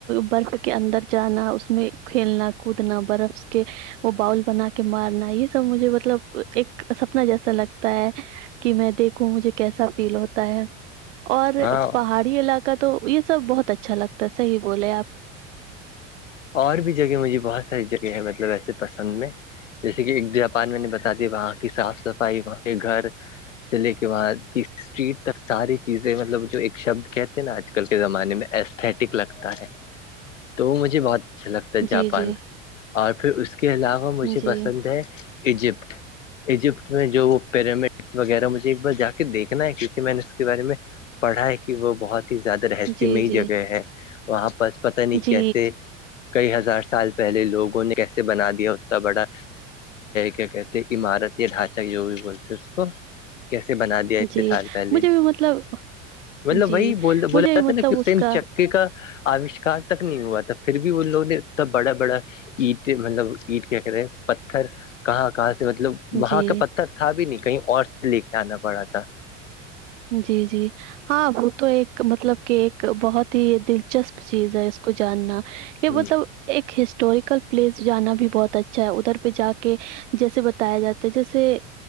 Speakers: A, on the right; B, on the left.
A: برف کے اندر جانا اس میں کھیلنا کودنا برف کے وہ باؤل بنا کے مارنا یہ سب مجھے مطلب ایک سپنا جیسا لگتا ہے کہ میں دیکھوں مجھے کیسا فیل ہوتا ہے اور
B: ہاں
A: پہاڑی علاقہ تو یہ سب بہت اچھا لگتا ہے صحیح بولے آپ
B: اور بھی جگہ مجھے بہت ساری جگہ ہے مطلب ایسے پسند میں جیسے کہ ایک جاپان میں نے بتا دییا وہاں کی صاف صفائی وہاں کے گھر چلے کے بعد اسٹریٹ تک ساری چیزیں مطلب جو ایک شبد کہتے ہیں نا آج کل کے زمانے میں ایستھیٹک لگتا ہے تو وہ مجھے بہت اچھا لگتا ہے جاپان
A: جی، جی،
B: اور پھر اس کے علاوہ مجھے
A: جی۔
B: پسند ہے ایجپٹ ایجپٹ میں جو وہ پیرامڈ وغیرہ مجھے ایک بار جا کے دیکھنا ہے کیونکہ میں نے اس کے بارے میں پڑھا ہے کہ وہ بہت ہی زیادہ رہسیہمئی
A: جی, جی,
B: جگہ ہے وہاں پر پتا نہیں
A: جی,
B: کیسے کئی ہزار سال پہلے لوگوں نے کیسے بنا دیا اتنا بڑا کیا کہتے ہے عمارت یا ڈھانچہ جو بھی بولتے اس کو کیسے بنا دیا اتنے
A: جی,
B: سال پہلے
A: مجھے بھی مطلب
B: مطلب
A: جی،
B: وہی بولا
A: مجھے
B: جاتا
A: بھی مطلب
B: ہے نا کہ اس ٹائم
A: کا
B: چککے کا آوشکار تک نہیں ہوا تھا پھر بھی بھی وہ لوگ نے اتنا بڑا بڑا اینٹے مطلب اینٹ کیا کہتے ہیں پتھر کہاں کہاں سے مطلب وہاں
A: جی,
B: کا پتھر تھا بھی نہیں کہیں اور لے کے آنا پڑا تھا
A: جی جی ہاں وہ تو ایک مطلب کہ ایک بہت ہی دلچسپ چیز ہے اس کو جاننا یہ
B: ہ
A: مطلب ایک ہسٹوریکل پلیس جانا بھی بہت اچھا ہے ادھر پہ جا کے جیسے بتایا جاتا ہے جیسے